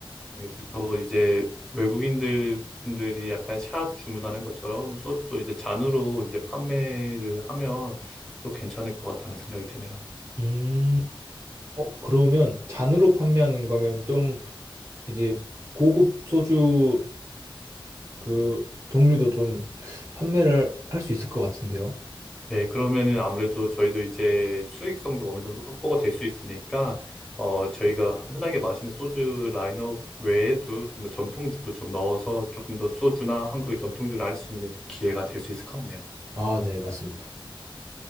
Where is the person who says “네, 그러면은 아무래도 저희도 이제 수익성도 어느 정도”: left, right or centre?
Centre